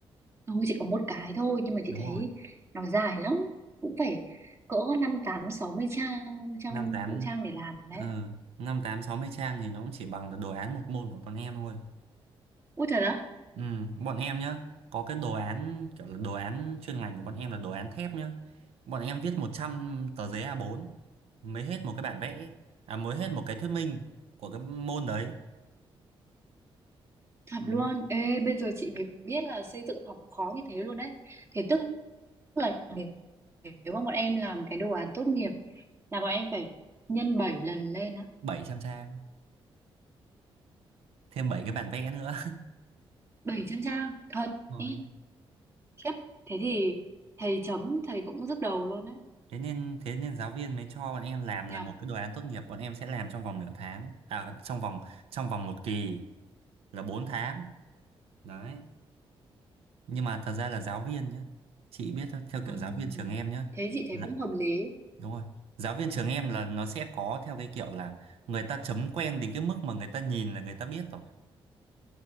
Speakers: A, on the right; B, on the right.
A: Thôi chị có một cái thôi nhưng mà chị
B: đúng
A: thấy
B: rồi
A: nó dài lắm cũng phải cỡ năm tám sáu mươi trang trang
B: năm tám
A: trang để làm đấy
B: ờ, năm tám sáu mươi trang thì nó cũng chỉ bằng được đồ án một môn của bọn em thôi
A: ui trời đó
B: ừ, bọn em nhá có cái đồ án kiểu là đồ án chuyên ngành của bọn em là đồ án thép nhá bọn em viết 100 tờ giấy a bốn mới hết một cái bản vẽ à mới hết một cái thuyết minh của cái môn đấy
A: thật
B: Đấy.
A: luôn ê bây giờ chị mới biết là xây dựng học khó như thế luôn đấy thế tức là nếu nếu mà bọn em làm cái đồ án tốt nghiệp là bọn em phải nhân bảy lần lên á
B: bảy trăm trang thêm 7 cái bản vẽ nữa <laughs>
A: bảy trăm trang thật
B: rồi
A: Ê, khiếp thế thì thầy chấm thầy cũng nhức đầu luôn đấy
B: thế nên thế nên giáo viên mới cho bọn em làm là
A: nhở
B: một cái đồ án tốt nghiệp bọn em sẽ làm trong vòng nửa tháng à trong vòng trong vòng một kỳ là 4 tháng đấy nhưng mà thật ra là giáo viên nhá chị biết thôi, theo
A: Ừm,
B: kiểu giáo viên trường em nhá
A: thế chị thấy
B: là,
A: cũng hợp lý
B: đúng rồi giáo viên trường em là nó sẽ có theo cái kiểu là người ta chấm quen đến cái mức mà người ta nhìn là người ta biết rồi